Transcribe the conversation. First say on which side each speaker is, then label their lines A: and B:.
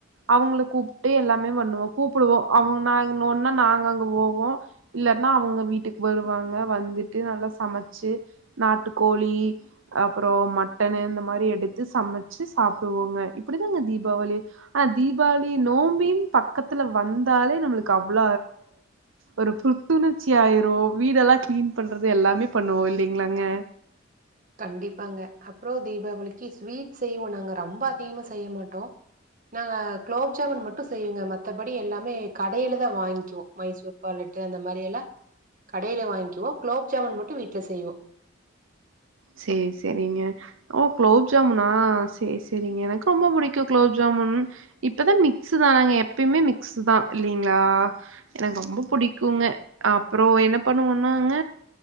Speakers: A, on the right (about 75°); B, on the right (about 40°).
A: அவுங்கள கூப்ட்டு எல்லாமே பண்ணுவோ கூப்புடுவோ அவுங்க நா ஒன்னா நாங்க அங்க போவோ இல்லாட்னா அவுங்க வீட்டுக்கு வருவாங்க வந்துட்டு நல்லா சமைச்சு நாட்டுக்கோழி அப்பறோ மட்டன்னு இந்த மாரி எடுத்து சமைச்சு சாப்டுவோங்க இப்டிதாங்க தீபாவளி ஆ தீபாவளி நோம்பின் பக்கத்துல வந்தாலே நம்மளுக்கு அவ்ள ஒரு புத்துணர்ச்சி ஆயிரு வீடெல்லாம் கிளீன் பண்றது எல்லாமே பண்ணுவோ இல்லைங்களாங்க
B: கண்டிப்பாங்க அப்பறோ தீபாவளிக்கு ஸ்வீட் செய்வோ நாங்க ரொம்ப அதிகமா செய்ய மாட்டோ நாங்க குலோப் ஜாமுன் மட்டு செய்வேங்க மத்தபடி எல்லாமே கடையில தா வாங்கிக்குவோ மைசூர் பா லட்டு அந்த மாரி எல்லா கடையில வாங்கிக்வோ குலோப் ஜாமுன் மட்டு வீட்ல செய்வோ
A: சேர் சேரிங்க ஓ குலோப் ஜாமுனா சேரி சேரிங்க எனக்கு ரொம்ப புடிக்கு குலோப் ஜாமுன் இப்பதா மிக்ஸுதானங்க எப்பயுமே மிக்ஸுதா இல்லைங்களா எனக்கு ரொம்ப புடிக்குங்க அப்றோ என்ன பண்ணுவோன்னாங்க